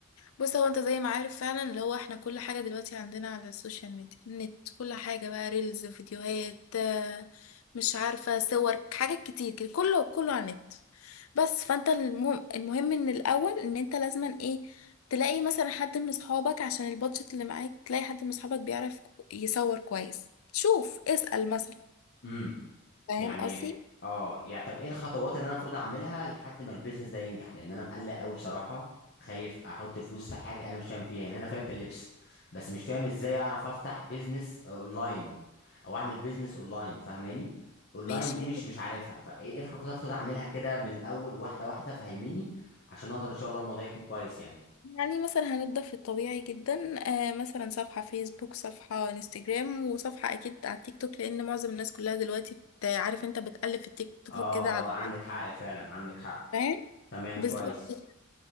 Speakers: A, on the left (about 90°); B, on the left (about 55°).
A: بص هو انت زي ما عارف فعلا اللي هو احنا كل حاجة دلوقتي عندنا على السوشيال ميديا النت كل حاجة بقى ريلز فيديوهات آه، مش عارفة صور حاجات كتير كده كله كله على النت بس فانت المهم, المهم ان الاول ان انت لازما ايه تلاقي مثلا حد من اصحابك عشان البادجت اللي معاك تلاقي حد من اصحابك بيعرف يصور كويس شوف اسأل مثلا
B: يعني
A: فاهم
B: يعني
A: قصدي
B: اه يعني طب ايه الخطوات اللي انا المفروض اعملها لحد ما البيزنس ده ينجح لان انا مقلق قوي بصراحه خايف احط فلوس في حاجه انا مش فاهم فيها يعني انا فاهم في اللبس بس مش فاهم ازاي اعرف افتح بيزنس اونلاين او اعمل بيزنس اونلاين فاهماني اونلاين
A: ماشي
B: دي مش مش عارفها فايه إيه الخطوات اللي المفروض اعملها كده من الاول واحده واحده فهميني عشان اقدر ان شاء الله الموضوع يكون كويس يعني
A: يعني مثلا هنبدأ في الطبيعي جدا آه مثلا صفحة فيسبوك صفحة انستجرام وصفحة أكيد على التيك توك لأن معظم الناس كلها دلوقتي بت- عارف أنت بتقلب في التيك توك
B: اه
A: كده على
B: اه عندك حق فعلا عندك حق
A: فاهم
B: تمام
A: بالظبط
B: كويس
A: كده.